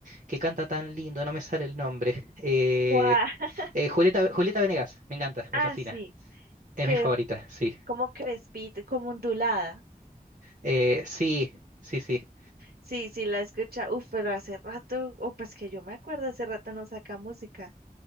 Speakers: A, on the right; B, on the right.
A: que canta tan lindo? No me sale el nombre. Eh,
B: ¡Guau! <laughs>
A: eh, Julieta, Julieta Venegas, me encanta,
B: Ah,
A: me fascina.
B: sí,
A: Es
B: que
A: mi favorita,
B: es
A: sí.
B: como crespita, como ondulada.
A: Eh, sí, sí, sí.
B: Sí, sí, la escucha. Uf, pero hace rato, o pues que yo me acuerdo, hace rato no saca música.